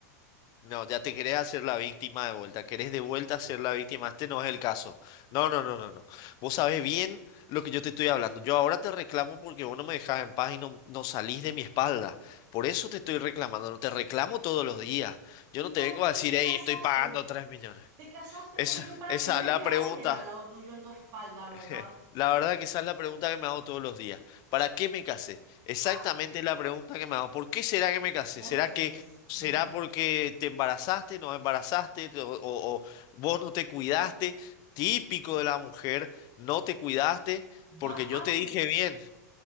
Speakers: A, on the left (about 45°); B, on the right (about 45°).
A: No, ya te querés hacer la víctima de vuelta. Querés de vuelta ser la víctima. Este no es el caso. No, no, no, no, no. Vos sabés bien lo que yo te estoy hablando. Yo ahora te reclamo porque vos no me dejás en paz y no, no salís de mi espalda. Por eso te estoy reclamando. No te reclamo todos los días. Yo
B: ¿Y
A: no
B: para
A: te vengo
B: qué
A: a decir,
B: te
A: hey,
B: casaste?
A: estoy pagando 3 millones.
B: Te casaste
A: Es,
B: conmigo para
A: esa
B: tenerle
A: es la
B: a
A: pregunta.
B: alguien al lado tuyo en tu espalda,
A: <laughs>
B: ¿verdad?
A: La verdad que esa es la pregunta que me hago todos los días. ¿Para qué me casé? Exactamente
B: Ah.
A: la pregunta que me hago. ¿Por qué será que me
B: Vos
A: casé? ¿Será
B: te haces.
A: que será
B: Ujú.
A: porque te embarazaste, no embarazaste o, o- o vos no te cuidaste? Típico de la mujer, no te cuidaste porque
B: ¿Vas
A: yo
B: a
A: te
B: de-
A: dije bien,